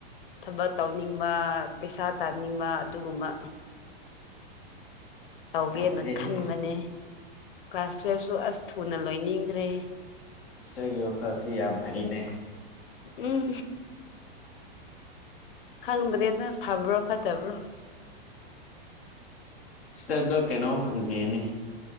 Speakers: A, on the left; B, in the centre.
A: ꯊꯕꯛ ꯇꯧꯅꯤꯡꯕ ꯄꯩꯁꯥ ꯇꯥꯅꯤꯡꯕ ꯑꯗꯨꯒꯨꯝꯕ ꯇꯧꯒꯦꯅ
B: ꯌꯥꯝ ꯐꯩ
A: ꯈꯟꯕꯅꯦ ꯀ꯭ꯂꯥꯁ ꯇꯨꯋꯦꯜꯐꯁꯨ ꯑꯁ ꯊꯨꯅ ꯂꯣꯏꯅꯤꯡꯒ꯭ꯔꯦ
B: ꯁꯤꯁꯇꯔꯒꯤ ꯋꯥꯈꯜꯁꯤ ꯌꯥꯝ ꯐꯩꯅꯦ
A: ꯎꯝ ꯈꯪꯗ꯭ꯔꯦꯗ ꯐꯥꯕ꯭ꯔꯣ ꯐꯠ ꯇꯥꯕꯔꯣ
B: ꯁꯤꯁꯇꯔꯗ ꯀꯩꯅꯣꯝ ꯍꯪꯒꯦꯅꯦ